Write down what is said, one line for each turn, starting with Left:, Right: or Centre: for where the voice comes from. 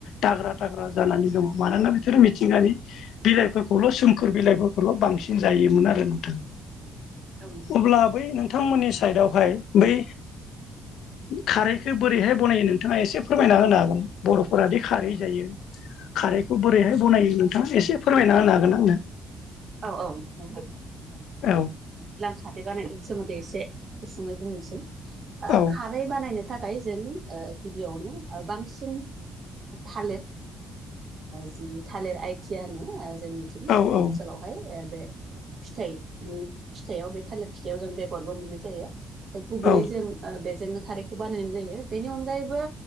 Left: दाग्रा थाग्रा जानानै दङ मानोना बिसोरो मिथिंगानि बिलाइफोरखौल' सोमखोर बिलाइफोरखौल' बांसिन जायोमोन आरो नोंथां
Right: औ नोंथां
Left: अब्ला बै नोंथांमोननि साइदावहाय बै खारैखौ बोरैहाय बनायो नोंथाङा एसे फोरमायना होनो हागोन बर'फोराादि खारै
Right: औ
Left: जायो खारैखौ बोरैहाय बनायो नोंथाङा एसे फोरमायना होनो हागोन आंनो
Right: औ औ नोंथां ओ,
Left: आंनो
Right: बिदिब्ला बानायनायनि सोमोन्दै एसे गुसुङै बुंनोसै
Left: औ
Right: खारै बानायनो थाखाय जों गिबियावनो बांसिन थालिर जि थालिर आइथिया होनो जोंनि
Left: औ औ
Right: आनसालावहाय बे फिथाइनि फिथाइयाव बे थालिर फिथाइयाव जों बेगरबो मोननाय जायो गुबैयै
Left: औ
Right: जों बेजोंनो खारैखौ बानायनाय जायो बेनि अनगायैबो